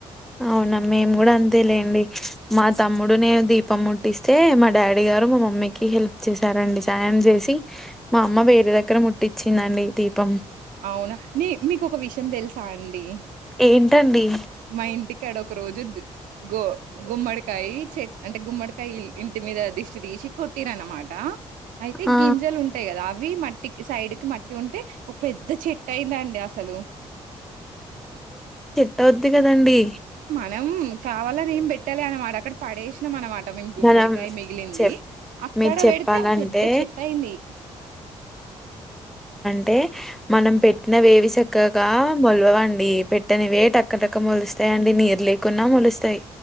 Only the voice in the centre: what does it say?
అవునా మేము కూడా అంతే లేండి మా తమ్ముడు నేను దీపం ముట్టిస్తే మా డాడీ గారు మా మమ్మీకి హెల్ప్ చేసారండి సాయం చేసి మా అమ్మ వేరే దగ్గర ముట్టిచ్చిందండి దీపం
ఏంటండి
ఆ
త అది కదండి
మనం
చె
మీరు చెప్పాలంటే
అంటే మనం పెట్టిన వేవి చెక్కగా మొల్వ వడి అడి పెట్టనివే టక్కటక్క మొలుస్తాయి అండి నీరు లేకుంన్నా మలుస్తాయి